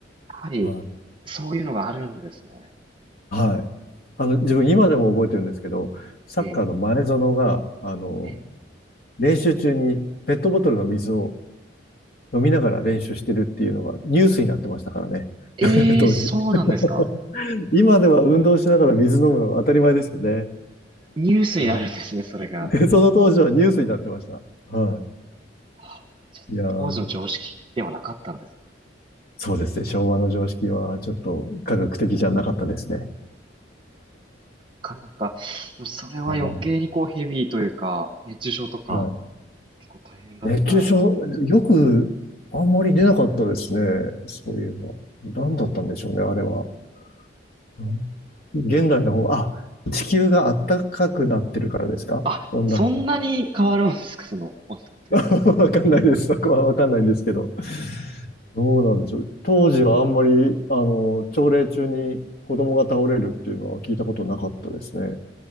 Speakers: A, on the right; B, on the left.
A: はり、
B: はい。
A: そういうのがあるんですね。
B: はい。あの、自分今でも覚えてるんですけど、サッカーの前園が、
A: ええ、
B: あの、
A: ええ、
B: 練習中にペットボトルの水を飲みながら練習してるっていうのがニュースになってましたからね。
A: ええ、
B: <laughs> 当時。
A: そうなんですか。
B: <laughs> 今では運動しながら水飲むのが当たり前ですよね。
A: ニュースになるんですね、
B: は
A: それが。
B: い。でその当時はニュースになってました。は
A: はあじゃあ当時の常識ではなかったんですね
B: い。いやーそうですね。昭和の常識はちょっと科学的じゃなかったですね。
A: かなか、でもそれは余計にこうヘビーというか、
B: も
A: 熱中症とか、
B: うはい。
A: 結構大変だったじゃん
B: 熱中症、よくあんまり出なかったですね。そういえば。何だったんでしょうね、あれは。うん現代の方、あ、地球が暖かくなってるからですか温暖
A: あ、そんなに変わるんですか、その温度って。
B: 化。<laughs> わかんないです。そこはわかんないんですけど。
A: う
B: どうなんでしょう。当時はあんまり、あの、朝礼中に子供が倒れるっていうのは聞いたことなかったですね。